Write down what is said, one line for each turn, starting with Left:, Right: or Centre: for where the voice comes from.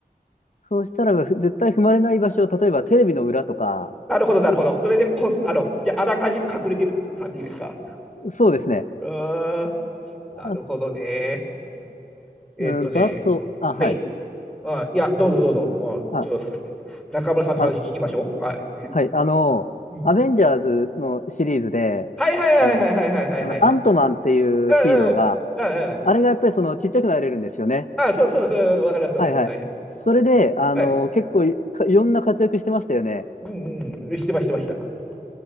Left: そうしたら、絶対踏まれない場所を、例えば、テレビの裏とか、
Centre: <laughs> なるほど、なるほど。それでこ、あの、じゃあ、あらかじめ隠れてる感じですか。
Left: そうですね。
Centre: うーん、なるほどね。
Left: あ、う
Centre: えっとね、
Left: ーんと、あと、あ、はい。
Centre: はい。あ、いや、どうぞどうぞ。あ、
Left: あ、
Centre: ちょ、中村さんの話聞きましょう。
Left: あ、
Centre: はい。
Left: はい、あの、
Centre: うん。
Left: アベンジャーズのシリーズで、
Centre: はいはいはいはいはいはいはいはいはい。
Left: あの、あの、アントマンっていうヒーローが、
Centre: うんうん。うんうん。
Left: あれがやっぱりそのちっちゃくなれるんですよね。
Centre: あ、そうそうそう。わかりますわかります。
Left: はいはい。
Centre: はいはい。
Left: それで、あの、
Centre: はい。
Left: 結構い、かいろんな活躍してましたよね。
Centre: うんうん。してました、してました。